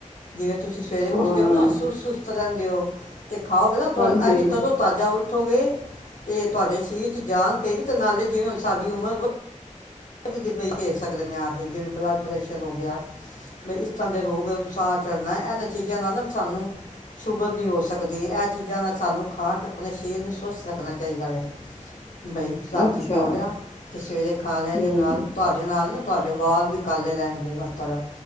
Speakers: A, on the left; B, on the left.
A: ਜਿਵੇਂ ਤੁਸੀਂ ਸਵੇਰੇ
B: ਹਾਂ
A: ਉੱਠਦੇ ਨਾ ਸੁ ਸੁੂਤ ਰਹਿੰਦਿਓ ਤੇ ਖਾਓਗੇ ਨਾ
B: ਹਾਂਜੀ
A: ਇਂਜ ਤਦੋਂ ਤਾਜ਼ਾ ਉ ਉੱਠੋ ਗੇ ਤੇ ਤੁਹਾਡੇ ਸਰੀਰ ਚ ਜਾਨ ਪਏਗੀ ਤੇ ਨਾਲੇ ਜਿਵੇਂ ਹੁਣ ਸਾਡੀ ਉਮਰ ਵ ਧ ਦੀ ਪਈ ਘੇਰ ਸਕਦੇ ਨੇ ਆ ਕੇ ਜਿਵੇਂ ਬਲੱਡ ਪ੍ਰੈਸ਼ਰ ਹੋ ਗਿਆ ਇਸ ਤਰ੍ਹਾਂ ਦੇ ਰੋਗਸਾਰ ਚੜ੍ਹਨਾ ਇਹਨਾਂ ਚੀਜ਼ਾਂ ਨਾਲ ਨਾ ਸਾਨੂੰ ਸ਼ੂਗਰ ਨਹੀਂ ਹੋ ਸਕਦੀ ਇਹ ਚੀਜ਼ਾਂ ਨਾਲ ਸਾਨੂੰ ਖਾ ਕੇ ਆਪਣੇ ਸਰੀਰ ਨੂੰ ਸਵਸਥ ਰੱਖਣਾ ਚਾਹੀਦਾ ਵ ਬਈ ਰਾਤੀ
B: ਅੱਛਾ
A: ਭਿਓ ਲਿਆ ਤੇ ਸਵੇਰੇ ਖਾ ਲਿਆ
B: ਹੂੰ
A: ਨਾਲ ਤੁਹਾਡੇ ਨਾਲ ਨਾ ਤੁਹਾਡੇ ਵਾਲ ਵਿੱਚ ਕਾਲੇ ਰਹਿਣਗੇ ਮਤਰ